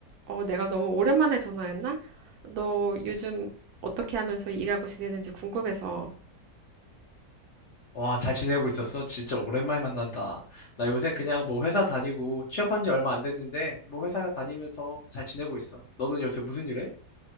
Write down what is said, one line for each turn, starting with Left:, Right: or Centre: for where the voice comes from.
Right: 어, 내가 너무 오랜만에 전화했나? 너 요즘 어떻게 하면서 일하고 지내는지 궁금해서.
Left: 와, 잘 지내고 있었어? 진짜 오랜만에 만난다. 나 요새 그냥 뭐 회사 다니고 취업한 지 얼마 안 됐는데 뭐 회사 다니면서 잘 지내고 있어. 너는 요새 무슨 일 해?